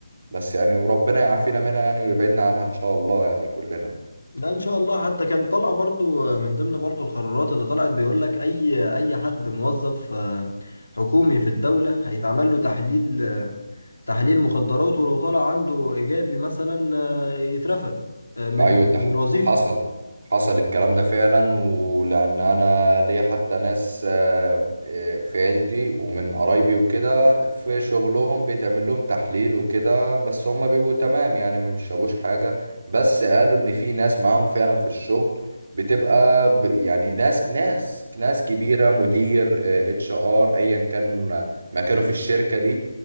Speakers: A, on the right; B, on the left.
A: بس يعني وربنا يعافينا منها يعني ويبعدنا عنها ان شاء الله يعني كلنا
B: لا ان شاء الله حتى كان طالع برضو من ضمن برضو القرارات اللي طلعت بيقول لك اي اي حد موظف آه، حكومي في الدولة هيتعمل له تحليل آه، تحليل مخدرات ولو طلع عنده ايجابي مثلا آه، يترفد آه، من
A: ايوه ده
B: من وظيفة
A: حصل حصل الكلام ده فعلا ولان انا ليا حتى ناس آه، آه، في عيلتي ومن قرايبي وكده في شغلهم بيتعمل لهم تحليل وكده بس هم بيبقوا تمام يعني ما بيشربوش حاجه بس قالوا ان في ناس معاهم فعلا في الشغل بتبقى ب يعني ناس ناس ناس كبيره مدير اتش ار ايا كان مكانه في الشركه دي